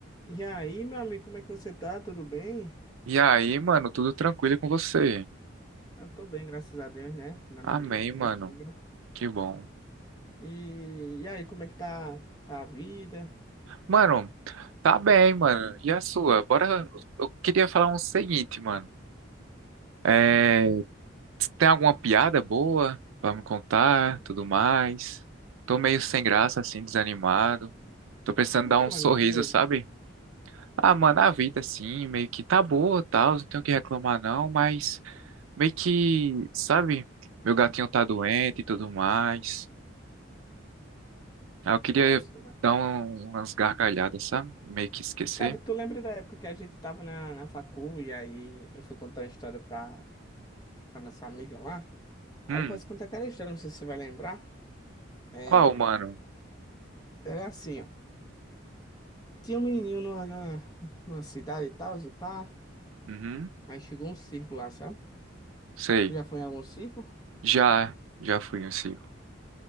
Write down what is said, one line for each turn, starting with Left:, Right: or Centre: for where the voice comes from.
Left: E aí, meu amigo, como é que você tá? Tudo bem?
Right: E aí, mano, tudo tranquilo com você?
Left: Ah, Eu tô bem, graças a Deus, né? Na
Right: Amém,
Left: medida do possível.
Right: mano. Que bom.
Left: E, e aí, como é que tá, tá a vida?
Right: Mano, tá bem, mano. E a sua? Bora. Eu queria falar um seguinte, mano. É... Tem alguma piada boa pra me contar, tudo mais? Tô meio sem graça, assim, desanimado. Tô precisando
Left: Por
Right: dar
Left: que,
Right: um
Left: mano?
Right: sorriso,
Left: Que houve?
Right: sabe? Ah, mano, a vida, assim, meio que tá boa, tal. Não tenho o que reclamar, não. Mas meio que, sabe? Meu gatinho tá doente e tudo mais. Ah, eu queria
Left: Nossa, mano.
Right: dar um- umas gargalhadas, sabe? Meio que esquecer.
Left: Cara, tu lembra da época que a gente tava na, na facu e aí eu fui contar uma história pra, pra nossa amiga lá? Aí
Right: Hum,
Left: eu posso contar aquela história, não sei se você vai lembrar. É,
Right: qual, mano?
Left: era assim, ó. Tinha um menininho numa, numa, numa cidade e tal, e pá.
Right: Uhum,
Left: Aí chegou um circo lá, sabe?
Right: sei.
Left: Tu já foi em algum circo?
Right: Já, já fui um circo.